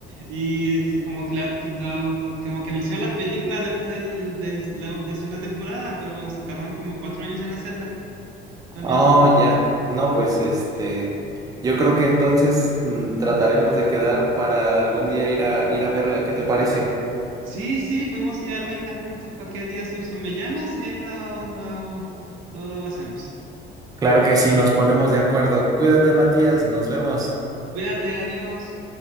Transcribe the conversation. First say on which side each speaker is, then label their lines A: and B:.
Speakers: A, on the right; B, on the right.
A: y es como que la, la- como que anunciaron la película después del- de la, la segunda temporada, pero se tardaron como cuatro años en hacerla también.
B: Oh, ya. No, pues este. Yo creo que entonces mm, trataremos de quedar para algún día ir a ir a verla. ¿Qué te parece?
A: Sí, sí, podemos ir a verla juntos cualquier día, Suso. Me llamas y ahí lo, lo lo hacemos.
B: Claro que sí, nos ponemos de acuerdo. Cuídate, Matías, nos vemos.
A: Cuídate, adiós.